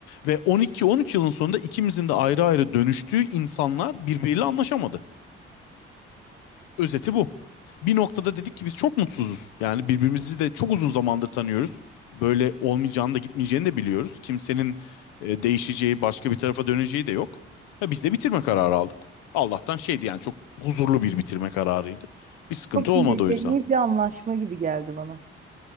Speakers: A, on the left (about 70°); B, on the right (about 25°).
A: Ve 12-13 yılın sonunda ikimizin de ayrı ayrı dönüştüğü insanlar birbiriyle anlaşamadı. Özeti bu. Bir noktada dedik ki biz çok mutsuzuz. Yani birbirimizi de çok uzun zamandır tanıyoruz. Böyle olmayacağını da gitmeyeceğini de biliyoruz. Kimsenin e, değişeceği, başka bir tarafa döneceği de yok. Ha, biz de bitirme kararı aldık. Allah'tan şeydi yani çok huzurlu bir bitirme kararıydı. Bir sıkıntı
B: Çok
A: olmadı
B: medeni
A: o yüzden.
B: bir anlaşma gibi geldi bana.